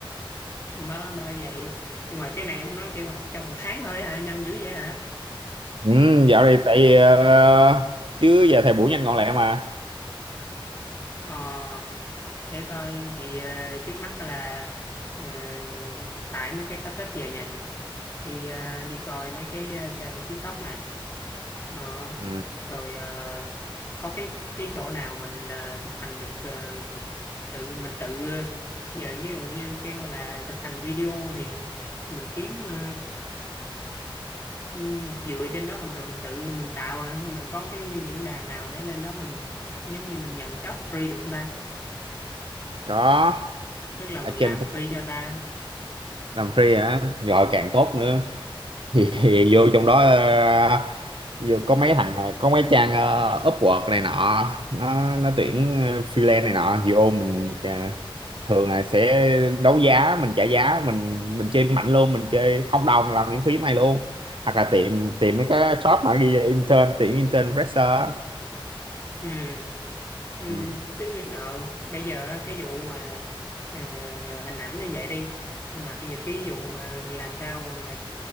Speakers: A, on the left (about 30°); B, on the right (about 70°).
A: Mới bởi vậy nhưng mà cái này ông nói kêu học trong một tháng thôi hả nhanh dữ vậy hả
B: ừ, dạo này tại vì, ờ, chứ giờ thời buổi nhanh gọn lẹ mà
A: ờ để coi thì ờ, trước mắt là ờ, tại mấy cái cáp kết về nhà đi ờ, đi coi mấy cái ờ, kênh TikTok này Ờ,
B: ừ,
A: rồi ờ, có cái cái chỗ nào mình ờ, thực hành được ờ, tự mình tự giờ như dụ như kêu là thực hành video thì mình kiếm ờ, ừm, dựa trên đó mình rồi mình tự mình tạo à? hay mình có cái diễn đàn nào để lên đó mình giống như mình nhận job free được không ta
B: có
A: tức là
B: ở
A: mình làm
B: trên Facebook
A: free cho ta
B: làm free hả rồi càng tốt
A: Ừ.
B: nữa thì, thì vô trong đó ờ, vô có mấy thằng có mấy trang ờ, Upwork này nọ nó nó tuyển ờ, freelance này nọ vô mình ờ, thường là sẽ đấu giá mình trả giá mình mình chơi mạnh luôn mình chơi không đồng làm miễn phí mày luôn hoặc là tìm tìm mấy cái shop mà ghi là intern tuyển intern fresher á.
A: ừ ừ
B: ừ.
A: tức đó, bây giờ á, cái vụ mà ờ, hình ảnh như vậy đi nhưng mà bây giờ cái vụ mà làm sao mà